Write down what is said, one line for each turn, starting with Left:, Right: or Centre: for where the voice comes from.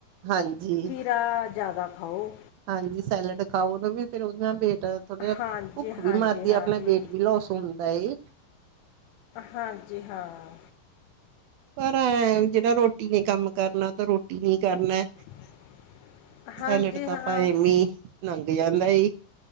Right: ਹਾਂਜੀ
Left: ਜਾ ਜ਼ਿਆਦਾ ਖਾਓ
Right: ਹਾਂਜੀ ਸੈਲਡ ਖਾਓ ਉਹਨੂੰ ਵੀ ਫਿਰ ਉਹਦੇ ਨਾਲ ਵੇਟ ਥੋੜਾਹਾ
Left: ਹਾਂਜੀ
Right: ਭੁੱਖ
Left: ਹਾਂਜੀ
Right: ਵੀ ਮਾਰਦੀ
Left: ਹਾਂਜੀ
Right: ਹੈ ਆਪਣਾ ਵੇਟ ਵੀ ਲੋਸ ਹੁੰਦਾ ਏ
Left: ਹਾਂਜੀ ਹਾਂ।
Right: ਪਰ ਐ ਜਿਹੜਾ ਰੋਟੀ ਨੇ ਕੰਮ ਕਰਨਾ ਤਾਂ ਰੋਟੀ ਨੀ ਕਰਨਾ
Left: <inaudible> ਹਾਂਜੀ
Right: ਸੈਲਡ ਤਾਂ
Left: ਹਾਂ
Right: ਆਪਾਂ ਐਵੇਂ ਲੰਘ ਜਾਂਦਾ ਜੀ